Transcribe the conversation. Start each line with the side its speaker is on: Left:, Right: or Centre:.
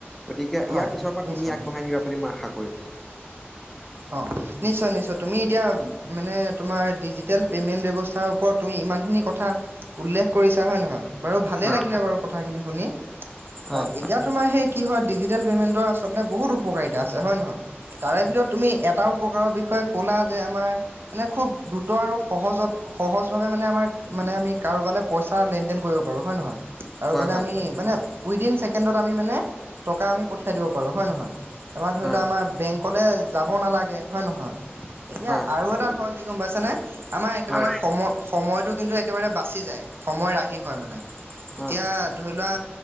Centre: গতিকে
Right: হয়,
Centre: ইয়াৰ পিছৰ পৰা
Right: নিশ্চয়,
Centre: তুমি আগবঢ়াই
Right: নিশ্চয়,
Centre: নিবা। বুলি মই আশা কৰিলোঁ।
Right: অ' নিশ্চয় নিশ্চয়, তুমি এতিয়া মানে তোমাৰ ডিজিটেল পেমেণ্ট ব্যৱস্থা ওপৰত তুমি ইমানখিনি কথা উল্লেখ কৰিছা হয় নে নহয়। বাৰু ভালেই
Centre: হয়
Right: লাগিলে বাৰু কথাখিনি শুনি।
Centre: হয়
Right: অ' এতিয়া তোমাৰ সেই কি হয় ডিজিটেল পেমেন্টৰ আচলতে বহুত উপকাৰিতা আছে হয় নহয়। তাৰে ভিতৰত তুমি এটা উপকাৰৰ বিষয়ে ক'লা যে আমাৰ মানে খুব দ্ৰুত আৰু সহজত সহজ ভাৱে মানে আমাক মানে আমি কাৰোবালৈ পইচা লেন দেেন কৰিব পাৰো হয় নহয়। আৰু
Centre: হয়
Right: মানে
Centre: হয়
Right: আমি মানে উইদিন ছেকেণ্ডত আমি মানে টকা আমি পঠিয়াই দিব পাৰো হয় নহয়। তাৰমানৰা ধৰি
Centre: হয়
Right: লোৱা আমাৰ বেংকলে যাব নালাগে হয় নে নহয়। এতিয়া
Centre: হয়
Right: আৰু এটা হয় কি গম পাইছানে আমাৰ একেবাৰে
Centre: হয়
Right: সময় সময়টো কিন্তু একেবাৰে বাচি যায়। সময় ৰাহি হয় মানে।
Centre: হয়
Right: এতিয়া ধৰি লোৱা